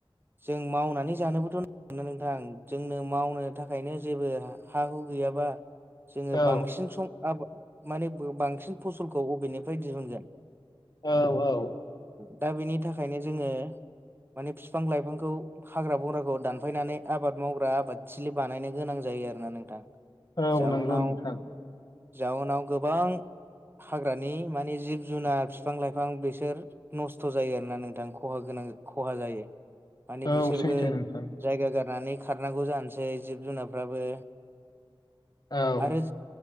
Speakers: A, on the right (about 25°); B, on the left (about 45°).
A: जों मावनानै जानोबोथ' नांगौना नोंथां जोंनो मावनो थाखायनो जेबो हा हु गैयाबा जोङो
B: औ
A: बांसिन सम आबाद माने बांसिन फसलखौ बबेनिफ्राय दिहुनगोन
B: औ-औ
A: दा बेनि थाखायनो जोङो माने बिफां लाइफांखौ हाग्रा बंग्राखौ दानफायनानै आबाद मावग्रा आबाद थिलि बानायनो गोनां जायो आरो ना नोंथां।
B: औ
A: जाउनाव
B: औ नंगौ नोंथां
A: जाउनाव गोबां हाग्रानि मानि जिब जुनार बिफां लाइफां बिसोर नस्थ' जायो आरोना नोंथां खहा गोनां खहा जायो। माने
B: औ
A: बिसोरबो
B: सैथो नोंथां
A: जायगा गारनानै खारनांगौ जानोसै जिब जुनारफ्राबो
B: औ
A: आरो